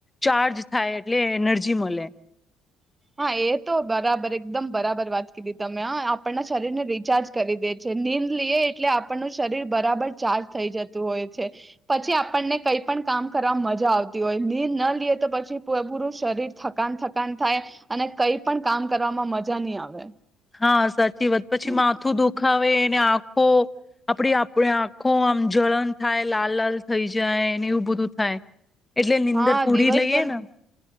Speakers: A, on the left; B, on the right.
A: ચાર્જ થાય એટલે એનર્જી મળે
B: હા એ તો બરાબર એકદમ બરાબર વાત કીધી તમે આપણના શરીર ને રિચાર્જ કરી દે છે નીંદ લઈએ એટલે આપણનું શરીર બરાબર ચાર્જ થઈ જતું હોય છે પછી આપણને કઈ પણ કામ કરવા મજા આવતી હોય નીંદ ન લઈએ તો પછી પૂરું શરીર થકાન થકાન થાય અને કઈ પણ કામ કરવામાં મજા નહી આવે
A: હા સાચ જીત પછી
B: હમ.
A: માથું દુઃખાવે આખો આપડી આપ આંખો આમ જલન થાય લાલ લાલ થઈ જાય ને એવું બધું થાય. એટલે નીંદર
B: હા
A: પૂરી
B: દિવસભર
A: લઈએ ને